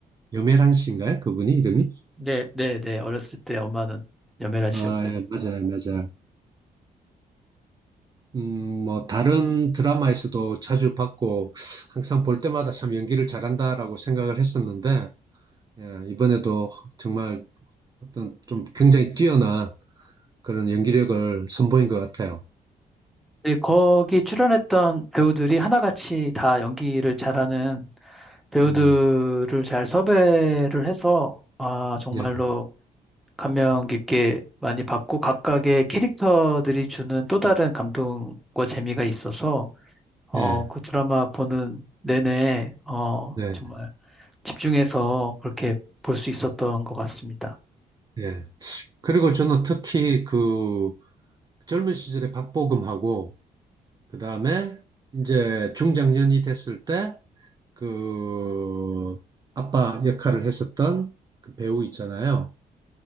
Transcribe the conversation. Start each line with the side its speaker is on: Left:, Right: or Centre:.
Right: 여메란 씨인가요? 그분이 이름이?
Centre: 네, 네, 네. 어렸을 때 엄마는 염혜라 씨였고요.
Right: 아, 예, 맞아요, 맞아요. 음, 뭐, 다른 드라마에서도 자주 봤고, 항상 볼 때마다 참 연기를 잘한다라고 생각을 했었는데, 예, 이번에도 정말 어떤 좀 굉장히 뛰어난 그런 연기력을 선보인 것 같아요.
Centre: 네, 거기 출연했던 배우들이 하나같이 다 연기를 잘하는 배우들을
Right: 음,
Centre: 잘 섭외를 해서 아, 정말로
Right: 예,
Centre: 감명 깊게 많이 받고 각각의 캐릭터들이 주는 또 다른 감동과 재미가 있어서 어,
Right: 예,
Centre: 그 드라마 보는 내내 어,
Right: 예,
Centre: 정말 집중해서 그렇게 볼 수 있었던 것 같습니다.
Right: 예. 그리고 저는 특히 그 젊은 시절에 박보검하고, 그 다음에 이제 중장년이 됐을 때, 그 아빠 역할을 했었던 그 배우 있잖아요.